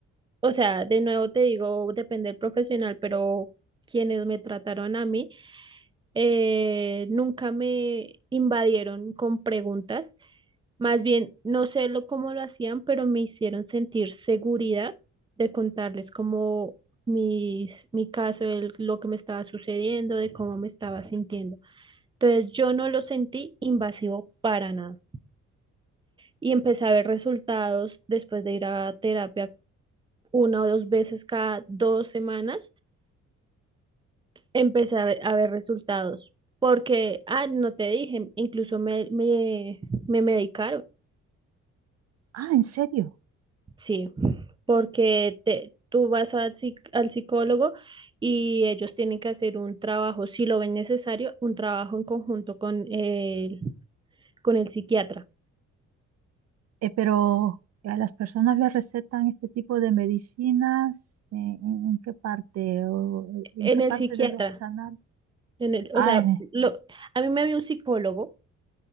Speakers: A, on the right; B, on the right.
A: O sea, de nuevo te digo, depende del profesional, pero quienes me trataron a mí eh, nunca me invadieron con preguntas. Más bien, no sé lo, cómo lo hacían, pero me hicieron sentir seguridad de contarles como mis, mi caso, el- lo que me estaba sucediendo, de cómo me estaba sintiendo. Entonces, yo no lo sentí invasivo para nada. Y empecé a ver resultados después de ir a terapia una o dos veces cada dos semanas empecé a ver, a ver resultados. Porque, ah, no te dije, incluso me, me, me medicaron,
B: Ah, ¿en serio?
A: sí, porque te, tú vas al, psi- al psicólogo y ellos tienen que hacer un trabajo, si lo ven necesario, un trabajo en conjunto con el, con el psiquiatra.
B: Eh, pero ¿a las personas les recetan este tipo de medicinas? ¿En, en- en qué parte? ¿O en
A: En
B: qué
A: el
B: parte
A: psiquiatra,
B: de los anales?
A: en el,
B: Ah,
A: o sea,
B: en-
A: lo, a mí me había un psicólogo